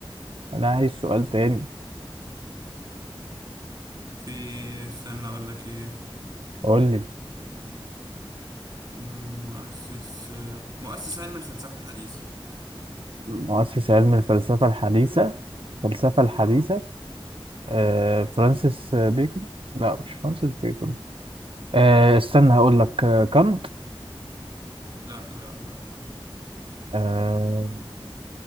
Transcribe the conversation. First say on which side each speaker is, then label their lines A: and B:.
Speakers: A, on the right; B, on the right.
A: أنا عايز سؤال تاني
B: في استنى اقول لك ايه
A: قول لي
B: مم، مؤسس مؤسس علم الفلسفة الحديثة
A: مؤسس علم الفلسفة الحديثة الفلسفة الحديثة
B: اه
A: آه فرانسيس بيكون لا مش فرانسيس بيكون آه استنى هقول لك آه كانت
B: لا لا لا
A: آه